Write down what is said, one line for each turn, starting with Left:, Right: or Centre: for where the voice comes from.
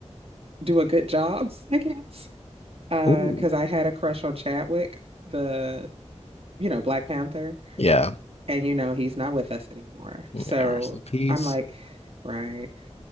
Right: do a good job, I guess. Uh,
Left: Mm-hmm.
Right: because I had a crush on Chadwick, the you know, Black Panther,
Left: Yeah.
Right: and you know, he's not with us anymore.
Left: Mm,
Right: So
Left: Yeah. Rest in peace.
Right: I'm like, right.